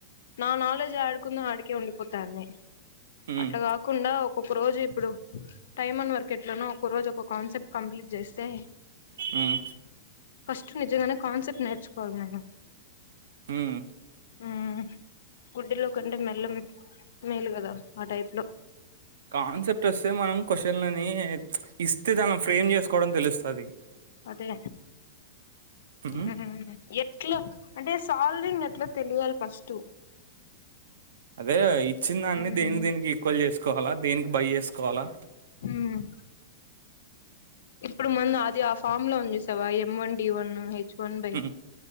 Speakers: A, on the left (about 75°); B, on the right (about 80°).
A: నా నాలెడ్జ్ యాడుకుందో ఆడికే ఉండిపోతాంది
B: హ్మ్
A: అట్ల కాకుండా ఇప్పుడు టైమ్ అండ్ వర్క్ ఎట్లానో ఒక రోజు ఒక కాన్సెప్ట్ కంప్లీట్ చేస్తే
B: ఉమ్
A: ఫస్ట్ నిజంగానే కాన్సెప్ట్ నేర్చుకోవాలి నేను
B: ఉమ్
A: మ్ గుడ్డిలో కంటే మెల్ల మేలు కదా ఆ టైప్ లో
B: కాన్సెప్ట్ వస్తే మనం కొషన్లని ఇస్తే దానిలో ఫ్రేమ్ చేసుకోవడం తెలుస్తది
A: అదే
B: హ్మ్
A: ఎ ఎట్లా అంటే సాల్వింగ్ ఎట్లా తెలియాలి ఫస్ట్
B: అదే ఇచ్చిన దాన్ని
A: మ్
B: దేనికి దేనికి ఈక్వల్ చేసుకో వాలా దేనికి బై చేసుకోవాలా
A: ఉ ఇప్పుడు మన అది ఆ ఫామ్ లో ఉంది చుసావ ఎం వన్ డి వన్ న్ <unintelligible> భయి
B: హ్మ్